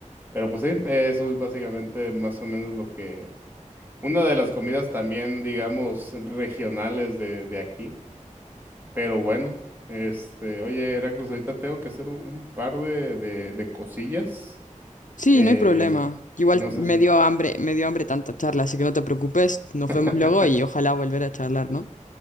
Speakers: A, on the right; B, on the left.
A: Pero pues sí, eso es básicamente más o menos lo que una de las comidas también, digamos, regionales de, de aquí. Pero bueno, este, oye, Heracles, ahorita tengo que hacer un, un par de, de, de cosillas.
B: Sí,
A: Eh,
B: no hay problema. Igual
A: no
B: me
A: sé si.
B: dio hambre, me dio hambre tanta charla, así que no te preocupes. Nos
A: <laughs>
B: vemos luego y ojalá volver a charlar, ¿no?